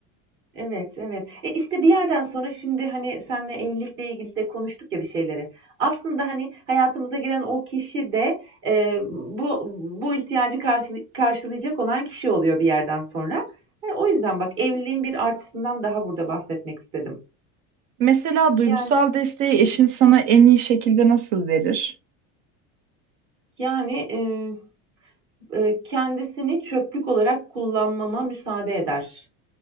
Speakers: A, on the right; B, on the right.
A: Evet, evet. E işte bir yerden sonra şimdi hani senle evlilikle ilgili de konuştuk ya bir şeyleri. Aslında hani hayatımıza giren o kişi de e, bu bu ihtiyacı karşı- karşılayacak olan kişi oluyor bir yerden sonra. E, o yüzden bak evliliğin bir artısından daha burada bahsetmek istedim.
B: <laughs> Mesela duygusal
A: Yani
B: desteği eşin sana en iyi şekilde nasıl verir?
A: yani e, e, kendisini çöplük olarak kullanmama müsaade eder.